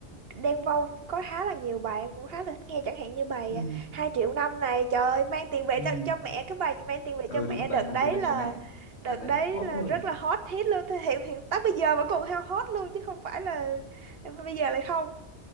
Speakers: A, on the right; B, on the left.
A: Đen Vâu cũng có khá là nhiều bài em cũng khá là thích nghe chẳng hạn như bài
B: ừ,
A: à, hai triệu năm này trời ơi, mang tiền về
B: ừ.
A: cho, cho mẹ cái bài mang tiền về
B: ừ
A: cho mẹ
B: đúng
A: đợt
B: bài mang
A: đấy
B: tiền về
A: là
B: cho mẹ
A: đợt
B: bài này
A: đấy
B: hot
A: là
B: luôn
A: rất là hot hit luôn thế hiện hiện tới bây giờ vẫn còn heo hot luôn chứ không phải là bây giờ lại không